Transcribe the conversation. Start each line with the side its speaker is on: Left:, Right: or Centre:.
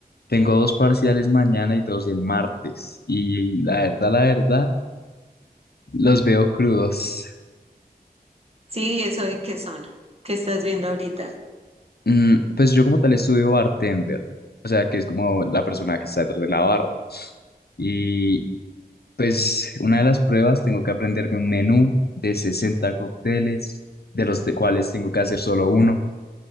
Left: Tengo dos parciales mañana y dos el martes. Y la verdad, la verdad, los veo crudos.
Right: Sí, eso de qué son, qué estás viendo ahorita.
Left: Mm, pues yo como tal estudio bartender, o sea, que es como la persona que está detrás de la barra. Y pues una de las pruebas tengo que aprenderme un menú de 60 cócteles, de los de cuales tengo que hacer solo uno.